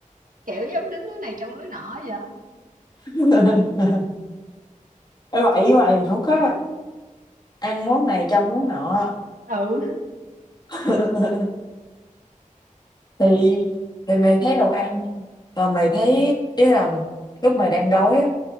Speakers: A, on the right; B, on the left.
A: kiểu giống đứng núi này trông núi nọ vậy
B: <laughs> Ê, vậy mày không có ăn món này trong món nọ
A: ừ
B: <laughs> thì thì mày thấy đồ ăn rồi mày thấy ý là lúc mày đang đói á,